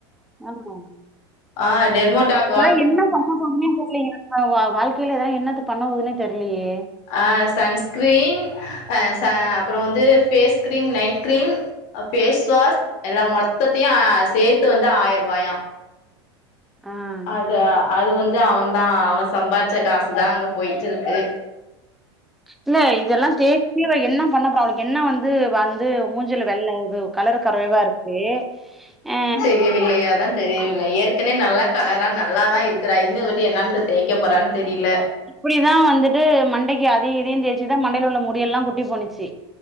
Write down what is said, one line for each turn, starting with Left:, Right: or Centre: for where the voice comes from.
Centre: ஆமா
Left: ஆ டெர்மோ டாக்
Centre: த என்ன பண்ண போணுமே தெர்லயே வா வா வாழ்க்கையில எதோ என்னத்த பண்ண போதுன்னே தெர்லியே
Left: ஆ சன் ஸ்கிரீன் அ ச அப்பறோ வந்து ஃபேஸ் கிரீம் நைட் கிரீம் அ பேஸ் வாஸ் எல்லா மொத்தத்தையு சேத்து வந்து ஆயிரூவாயா
Centre: ஆ
Left: அது அது வந்து அவந்தா அவ சம்பார்ச்ச காசுதா அங்க போயிட்டுருக்கு
Centre: இல்ல இதல்லா <unintelligible> இவ என்ன பண்ணப்பொறா அவளுக்கு என்ன வந்து வந்து மூஞ்சுல வெள்ள இது கலரு கறைவா இருக்கு அ
Left: <unintelligible> வில்லையா தா தெரியவில்லை ஏற்கனவே நல்லா கலரா நல்லா தா இருக்கறா இன்னு இவட்ட என்னன் தேய்க போறான் தெரில
Centre: இப்புடிதா வந்துட்டு மண்டைக்கு அதயூ இதயூ தேச்சுதா மண்டைல உள்ள முடிய எல்லா கொட்டி போனுச்சி